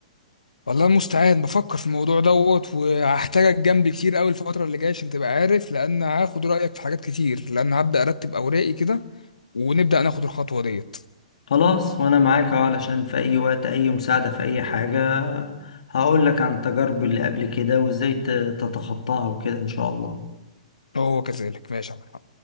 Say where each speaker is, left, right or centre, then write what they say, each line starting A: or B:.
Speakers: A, on the left; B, on the left.
A: والله المستعان بفكر في الموضوع دوت وهحتاجك جنبي كتير قوي الفترة اللي جاية عشان تبقى عارف لأن هاخد رأيك في حاجات كتير لأن هبدأ أرتب أوراقي كده ونبدأ ناخد الخطوة ديت
B: خلاص وانا معاك اهو علشان في اي وقت اي مساعدة في اي حاجة هقول لك عن تجاربي اللي قبل كده وازاي ت- تتخطاها وكده ان شاء الله
A: هو كذلك ماشي يا عم.